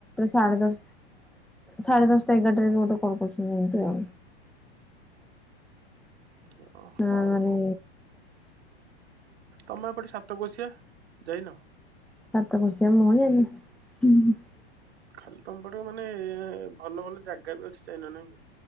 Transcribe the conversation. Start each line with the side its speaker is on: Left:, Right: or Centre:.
Centre: ସାଢେ ଦଶ ସାଢେ ଦଶଟା ଏଗାରଟାରେ ବି ମତେ କଲ୍ କରୁଚନ୍ତି ଏମିତି ଆଉ।
Right: ଓହୋ ହଉ।
Centre: ହଁ ମାନେ
Right: ତମେ ଏପଟେ ସାତକୋଶିଆ ଯାଇନ।
Centre: ସାତକୋଶିଆ <unintelligible>
Right: ଖାଲି ତମ ପଟେ ମାନେ ଭଲ ଭଲ ଜାଗା ବି ଅଛି ଯାଇନ ନାଇଁ କି।